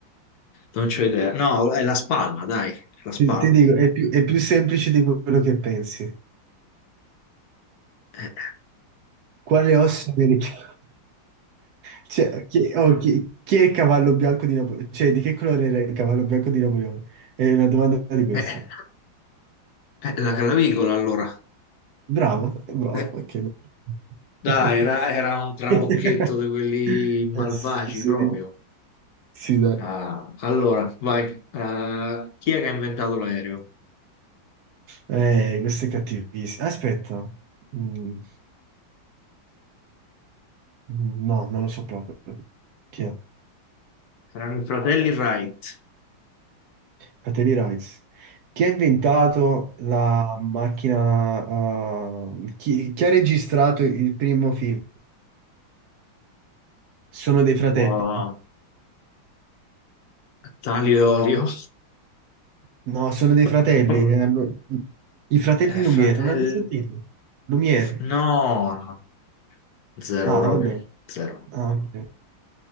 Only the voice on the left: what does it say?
Non c'ho idea. No, è la spalla, dai, la spalla.
Eh,
eh, eh, la clavicola allora.
Eh,
dai,
era, era un trabocchetto di quelli
malvagi
proprio.
Ah, allora, vai. Eh, chi è che ha inventato l'aereo?
Erano i fratelli Wright.
Oh, Talio e Olio.
<laughs>
Eh,
fratelli.
No, no, zero
proprio,
zero.